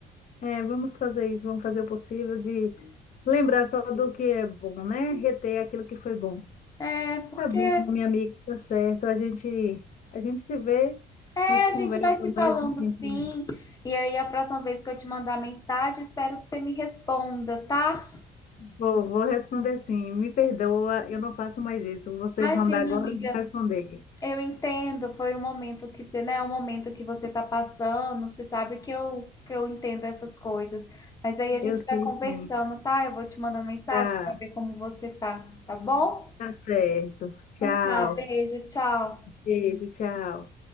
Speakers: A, on the left (about 50°); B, on the left (about 20°).
A: É, vamos fazer isso, vamos fazer o possível de lembrar só do que é bom, né? Reter aquilo que foi bom.
B: É, porque
A: Tá bom,
B: é,
A: minha amiga, tá certo. A gente, a gente se vê,
B: a
A: a gente conversa
B: gente vai se falando
A: mais um tempinho.
B: sim, e aí a próxima vez que eu te mandar mensagem, espero que você me responda, tá?
A: Vou, vou responder sim. Me perdoa, eu não faço mais isso. Você
B: Imagina,
A: mandar agora,
B: amiga,
A: eu vou responder.
B: eu entendo, foi um momento que você, né, é um momento que você tá passando, você sabe que eu que eu entendo essas coisas, mas aí a gente
A: Eu
B: vai
A: sei
B: conversando,
A: sim.
B: tá? Eu vou te mandar mensagem
A: Tá.
B: para ver como você tá, tá bom?
A: Tá certo. Tchau.
B: Tá, beijo, tchau.
A: Beijo, tchau.